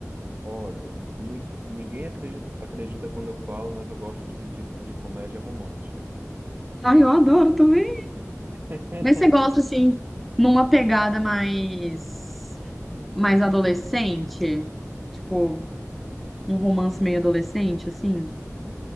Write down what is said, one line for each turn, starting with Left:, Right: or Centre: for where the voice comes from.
Right: Olha, ni- ninguém acredita, acredita quando eu falo, mas eu gosto de, de, de comédia romântica.
Centre: Ah, eu adoro também.
Right: <laughs>
Centre: Mas você gosta, assim, numa pegada mais, mais adolescente? Tipo, um romance meio adolescente, assim?